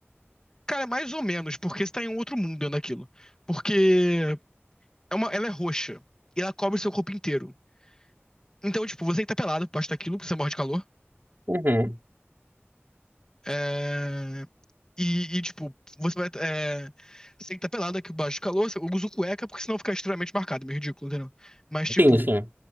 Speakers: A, on the left; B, on the right.
A: Cara, é mais ou menos, porque você tá em um outro mundo dentro daquilo. Porque é uma, ela é roxa e ela cobre seu corpo inteiro. Então, tipo, você que tá pelado, posta aquilo, porque você morre de calor.
B: Uhum.
A: É, E, e, tipo, você vai. É... Você tem que estar pelado aqui baixo do calor. Eu uso cueca porque senão fica extremamente marcado, meio ridículo, entendeu? Mas, tipo,
B: Sim, sim.